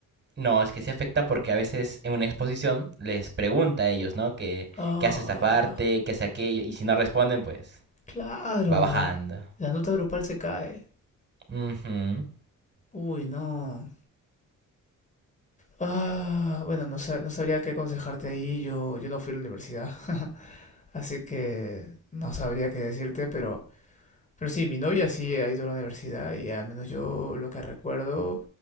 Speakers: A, on the right; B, on the left.
A: No, es que se afecta porque a veces en una exposición les pregunta a ellos, ¿no? Que,
B: Ah,
A: ¿qué hace esta parte? ¿Qué hace aquello? Y si no responden, pues
B: claro.
A: va bajando.
B: La, la nota grupal se cae.
A: Ujú.
B: Uy, no. Ah, bueno, no, sa- no sabría qué aconsejarte ahí. Yo, yo no fui a la universidad. <laughs> Así que no sabría qué decirte, pero Pero sí, mi novia sí ha ido a la universidad y al menos yo lo que recuerdo